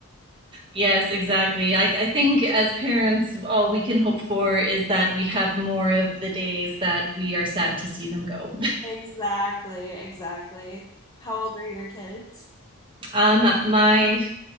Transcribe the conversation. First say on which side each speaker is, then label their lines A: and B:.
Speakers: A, on the right; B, on the left.
A: yes, exactly. I, I think as parents, all we can hope for is that we have more of the days that we are sad to see them go.
B: Exactly, exactly. How old are your kids?
A: Um, my